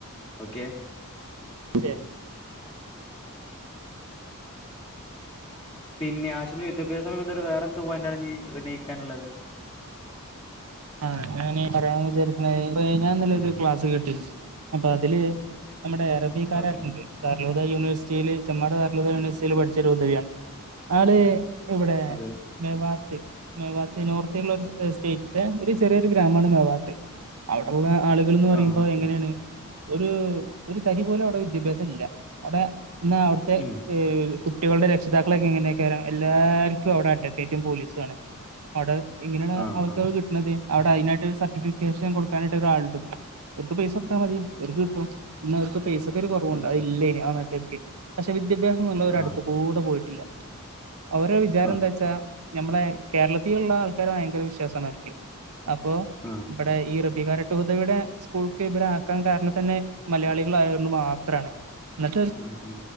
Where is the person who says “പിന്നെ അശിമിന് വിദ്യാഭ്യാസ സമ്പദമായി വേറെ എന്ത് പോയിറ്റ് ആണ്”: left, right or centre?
Left